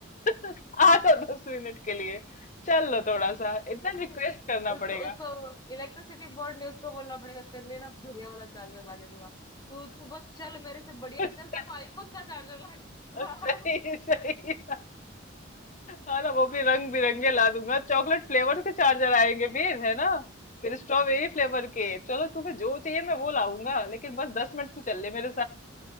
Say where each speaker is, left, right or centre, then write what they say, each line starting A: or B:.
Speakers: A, on the left (about 35°); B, on the left (about 20°).
A: <laughs> आ जाओ दस मिनट के लिए चल लो थोड़ा सा इतना
B: अरे
A: रिक्वेस्ट करना
B: उसको
A: पड़ेगा
B: उसको इलेक्ट्रिसिटी बोर्ड ने उसको बोलना पड़ेगा तेरे लिए ना बढ़िया वाला चार्जर ला के दूंगा तू तू बस चल मेरे से बढ़िया
A: <laughs>
B: चल तेरे को आईफोन का चार्जर ला के दूंगा
A: सही सही बात। हाँ ना वो भी रंग बिरंगे ला दूंगा चॉकलेट फ्लेवर के चार्जर आएंगे फिर है ना फिर स्ट्रॉबेरी फ्लेवर के चलो तुम्हें जो चाहिए मैं वो लाऊंगा लेकिन बस दस मिनट तो चल ले मेरे